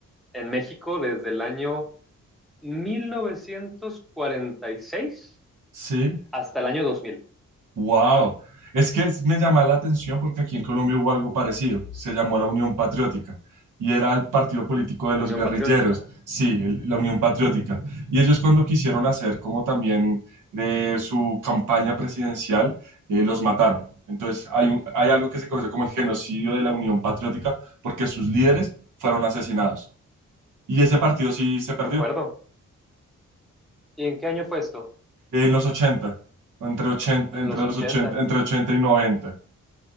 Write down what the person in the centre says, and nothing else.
en México desde el año 1946
hasta el año 2000.
la
Unión
Patriótica,
¿de acuerdo? ¿Y en qué año fue esto?
En
los 80,